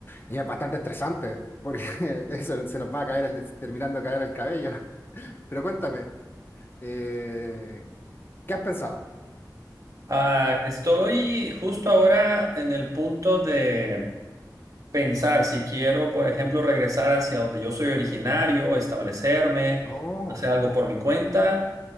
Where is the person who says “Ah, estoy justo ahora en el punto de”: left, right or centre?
Right